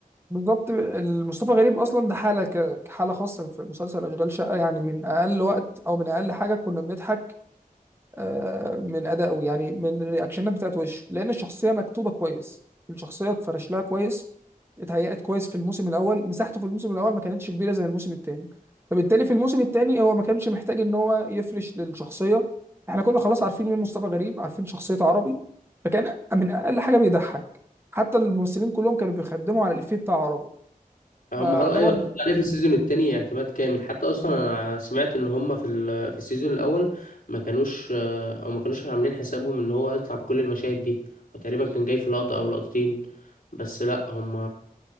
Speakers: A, on the right; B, on the left.
A: بالظبط مصطفى غريب اصلا ده حاله ك- كحاله خاصه في مسلسل اشغال شقه يعني من اقل وقت او من اقل حاجه كنا بنضحك آه، من ادائه يعني من الرياكشنات بتاعت وشه لان الشخصيه مكتوبه كويس الشخصيه اتفرش لها كويس اتهيأت كويس في الموسم الاول مساحته في الموسم الاول ما كانتش كبيره زي الموسم الثاني فبالتالي في الموسم الثاني هو ما كانش محتاج ان هو يفرش للشخصيه احنا كنا خلاص عارفين مين مصطفى غريب عارفين شخصيته عربي فكان من اقل حاجه بيضحك حتى الممثلين كلهم كانوا بيخدموا على الافيه بتاع عربي
B: هم
A: فده
B: خلاص ايوه
A: برضو
B: هتبقى عليه في السيزون التاني اعتماد كامل حتى اصلا انا سمعت ان هم في ال- في السيزون الاول ما كانوش آه، او ما كانوش عاملين حسابهم ان هو هيطلع بكل المشاهد دي هو تقريبا كان جاي في لقطة او لقطتين بس لا هم